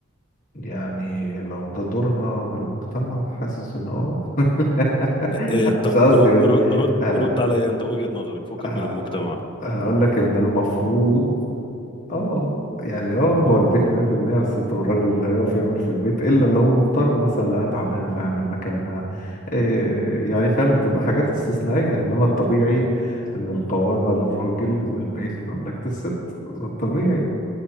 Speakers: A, on the left; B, on the left.
A: يعني لو ده دورها بالمجتمع حاسس إن آه <laughs>
B: أه آه،
A: مش
B: طب
A: قصدي
B: رد
A: بس
B: رد رد,
A: آه،
B: رد عليا انت وجهة نظرك فكك
A: آه،
B: من المجتمع
A: آه، هقول لك إن المفروض اه يعني اه هو البيت 100% على الست والراجل اللي هيقف يعمل في البيت الا لو مضطر مثلا لقاها تعبانه فيعمل مكانها إيه يعني فاهم بتبقى حاجات استثنائيه انما الطبيعي ان القوامه للراجل والبيت مملكه الست ده الطبيعي